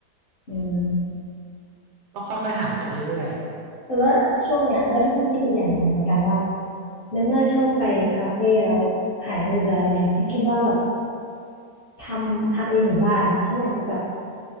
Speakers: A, on the left; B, on the right.
A: ำอืม
B: ต้องค่อยๆหาไปเรื่อย
A: แต่ว่าช่วงเนี้ยแล้วฉันก็คิดอีกอย่างหนึ่งเหมือนกันว่า ในเมื่อชอบไปคาเฟ่แล้วถ่ายรูปแล้วอะไรเงี้ยฉันคิดว่าแบบทำทำเองอยู่บ้านอ่ะฉันอยากจะแบบ